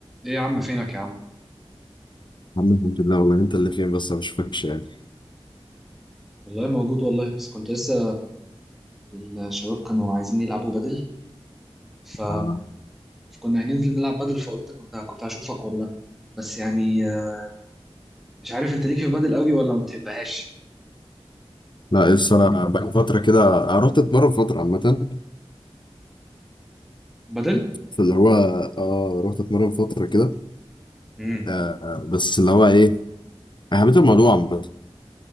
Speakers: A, in the centre; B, on the left (about 50°).
A: ايه يا عم فينك يا عم
B: عم الحمد لله والله انت اللي فين بس ما بشوفكش يعني
A: والله موجود والله بس كنت لسه الشباب كانوا عايزين يلعبوا بدل ف
B: آه.
A: كنا هننزل نلعب بدل فقلت كنت كنت هشوفك والله بس يعني آه، مش عارف انت ليك في بدل قوي ولا ما بتحبهاش
B: لا بس انا بقى فتره كده آه، رحت اتمرن فتره عامه
A: بدل
B: فاللي هو اه رحت اتمرن فتره كده
A: امم
B: آه بس اللي هو ايه انا حبيت الموضوع عامه